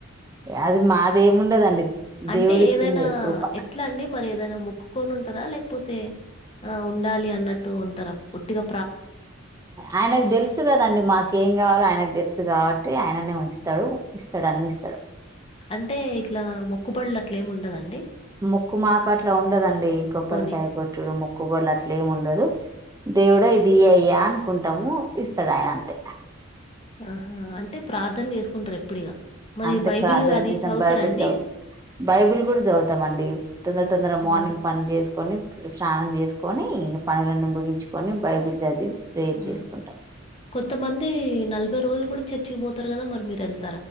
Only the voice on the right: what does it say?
అది మాదేమిండదండి
దేవుడు ఇచ్చింది
కృప
ఆయనకు తెలుసు కదండి మాక ఏం కావాలో ఆయన కు తెలుసు కాబట్టి ఆయననే ఉంచుతాడు ఇస్తాడు అన్ని ఇస్తాడు
ముక్కు మాకు అట్ల ఉండదండి కొబ్బరికాయ
కొట్టుడు ముక్కు బొడ్లు అట్లమి ఉండదు దేవుడు ఇది ఇ అయ్యా అనుకుంటాము ఇస్తాడు ఆయన అంతే
అంతే
ప్రార్ధన
చేసాం
బైబిల్ చదు బైబిల్ కూడా చదువుతాం అండి తొందర తొందరగా మార్నింగ్
పని చేసుకొని స్నానం చేసుకొని ఇంకా పనులన్నీ ముగించుకొని బైబుల్ చదివి ప్రేయర్
చేసుకుంటాం